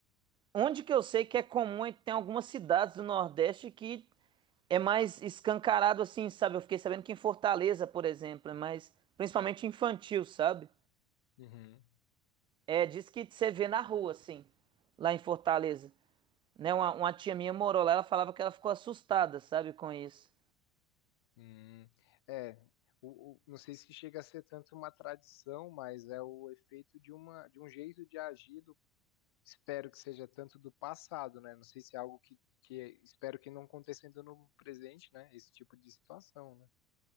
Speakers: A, on the right (about 40°); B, on the left (about 85°).
A: Onde que eu sei que é comum é que tem algumas cidades do Nordeste que é mais escancarado assim, sabe? Eu fiquei sabendo que em Fortaleza, por exemplo, é mais principalmente infantil, sabe?
B: uhum,
A: É, diz que você vê na rua, assim, lá em Fortaleza. Né? Uma, uma tia minha morou lá, ela falava que ela ficou assustada, sabe, com isso.
B: uhum. É, o, o- não sei se chega a ser tanto uma tradição, mas é o efeito de uma, de um jeito de agir espero que seja tanto do passado, né? Não sei se é algo que, que é, espero que não aconteça ainda no presente, né? Esse tipo de situação, né?